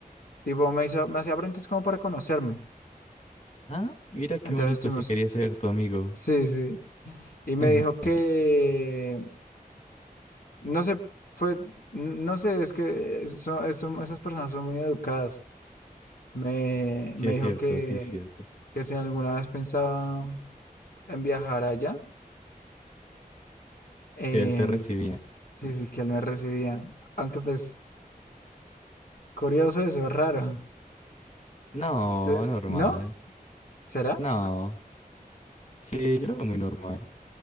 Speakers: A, on the left; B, on the left.
A: tipo, me hizo, me hacía preguntas como para conocerme.
B: Ah, mira qué
A: Entonces
B: bonito,
A: estuvimos,
B: si quería ser tu amigo.
A: sí, sí. Y me
B: <laughs>
A: dijo que, no sé, fue, no sé, es que eh, son, son- esas personas son muy educadas. Me,
B: Sí
A: me
B: es
A: dijo
B: cierto,
A: que,
B: sí es cierto.
A: que si alguna vez pensaba en viajar allá, em,
B: Que él te recibía.
A: sí, sí, que él me recibía. Aunque pues Curioso eso, raro.
B: No,
A: Te-
B: normal.
A: ¿No? ¿Será?
B: No. Sí, yo lo veo muy normal.